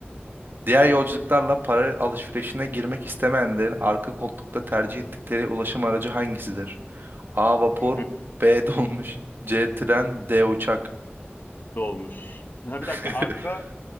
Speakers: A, on the right (about 60°); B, on the left (about 55°).
A: Diğer yolculuklarla para alışverişine girmek istemeyenlerin arka koltukta tercih ettikleri ulaşım aracı hangisidir? A. Vapur.
B: <laughs>
A: B. <laughs> Dolmuş. C. Tren. D. Uçak.
B: Dolmuş. Ha, bir
A: <laughs>
B: dakika arka